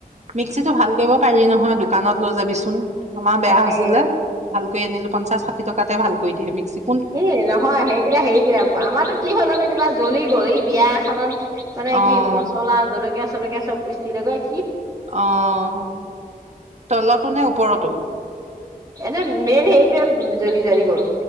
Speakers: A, on the right; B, on the right.
A: মিক্সিটো ভাল কৰিব পাৰি নহয় দোকানত লৈ যাবিচোন। ন <unintelligible> আমাৰ বেয়া
B: তাকে
A: হৈছিলে ভালকৈ আনিলো পঞ্চাশ টকা। টকাতে ভাল কৰি দিয়ে মিক্সিত।
B: এ নহয় সেইকেইটা হেৰিকেইটা আমাৰো কি হল জানো কিবা জ্বলি গ'ল এই। বিয়া এখনত। মানে
A: অ',
B: কি মচলা জলকীয়া। জলকীয়া চব পিচিলেগৈ।
A: অহ তলৰতো নে ওপৰতো
B: এনে মেইন হেৰিটোয়ে জ্বলি জাৰি গল।